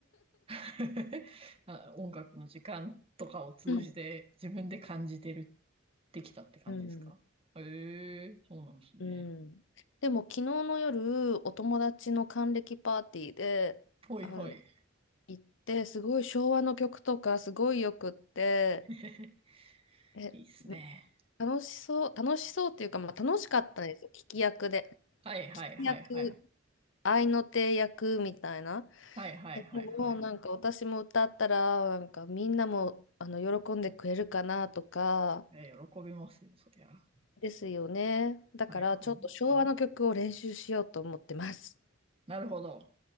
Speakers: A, on the right; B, on the left.
A: <laughs> あ音楽の時間とかを通じて自分で感じてるってきたって感じですかへえ、
B: うん。うん
A: そうなんですね。
B: うん。でも昨日の夜、お友達の還暦パーティーで、
A: ほいほい。
B: あの、行って、すごい昭和の曲とかすごいよくって、
A: <laughs>
B: え、
A: いいっすね。
B: うん楽しそう、楽しそうっていうか、まあ、楽しかったんですよ、聞き役で。
A: はいはいはいはい。
B: 聞き役、合いの手役みたいな。
A: はいはいはいはい。
B: え、でもなんか私も歌ったら、なんかみんなもあの喜んでくれるかなとか、
A: え、喜びますよ、そりゃ。は
B: ですよね。だからちょっと昭和の曲を練習しようと思ってます。
A: いはい。なるほど。